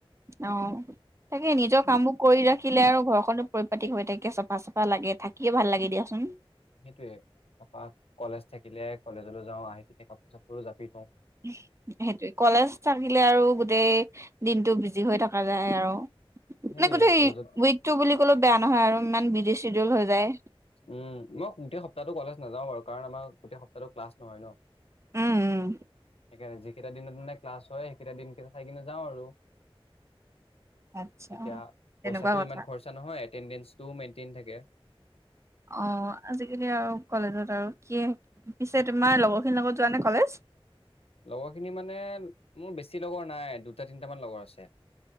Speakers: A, on the right; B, on the left.
A: অ' তাকে নিজৰ কামবোৰ কৰি ৰাখিলে আৰু ঘৰখনো। পৰিপাটিক হৈ থাকে চাফা চাফা লাগে থাকিয়ে ভাল লাগে দিয়াচোন।
B: সেইটোয়ে তাৰপা কলেজ থাকিলে কলেজলৈ যাও আহি কিনে কাপোৰ চাপোৰ ৰু জাপি থওঁ
A: সেইটোৱে কলেজ থাকিলে আৰু গোটেই দিনটোত বিজি হৈ থকা যায় আৰু মানে
B: সেইটোয়ে
A: গোটেই
B: কলেজত
A: উইকটো বুলি ক'লো বেয়া নহয় আৰু ইমান বিজি চিডিউল হৈ যায়।
B: উম মই গোটেই সপ্তাহটো কলেজ নাযাওঁ বাৰু কাৰণ আমাৰ গোটেই সপ্তাহটো ক্লাছ নহয় ন।
A: উম উম
B: সেইকাৰণে যিকেইটা দিনত মানে ক্লাছ হয় সেইকেইটা দিনকেইটা চাই কিনে যাওঁ আৰু
A: আচ্ছা
B: এতিয়া
A: তেনেকুৱা
B: পইচাটো
A: কথা
B: ইমান খৰচা নহয়। এটেণ্ডেঞ্চটোও মেইনটেইন থাকে।
A: অ' আজিকালি আৰু কলেজত আৰু কি পিছে তোমাৰ লগৰখিনিৰ লগত যোৱা নে কলেজ?
B: লগৰ খিনি মানে মোৰ বেছি লগৰ নাই দুটা তিনটা মান লগৰ আছে।